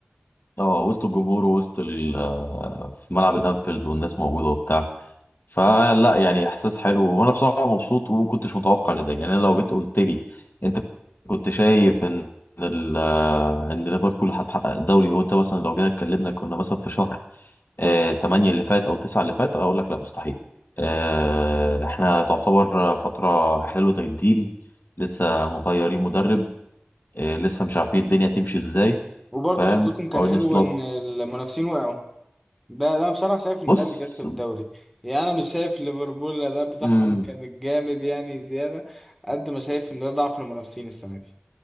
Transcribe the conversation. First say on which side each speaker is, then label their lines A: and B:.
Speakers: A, on the left; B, in the centre.
A: اه وسط الجمهور ووسط ال- آه، في ملعب الانفيلد والناس موجوده وبتاع فلا يعني احساس حلو وانا بصراحه مبسوط وما كنتش متوقع لده يعني أنا لو جيت قلت لي انت كنت شايف ان ال ان ليفربول هتحقق الدوري هو انت مثلا لو جينا اتكلمنا كنا مثلا في شهر آه 8 اللي فات او 9 اللي فات اقول لك لا مستحيل آه احنا تعتبر فتره احلال وتجديد لسه مغيرين مدرب آه لسه مش عارفين الدنيا تمشي ازاي
B: وبرضه
A: فاهم
B: حظكم كان
A: ارني
B: حلو
A: سلوت
B: ان المنافسين وقعوا ده انا بصراحه شايف ان
A: بص
B: ده اللي كسب الدوري يعني انا مش شايف ليفربول الاداء بتاعهم
A: مم،
B: كان جامد يعني زياده قد ما شايف ان ده ضعف المنافسين السنه دي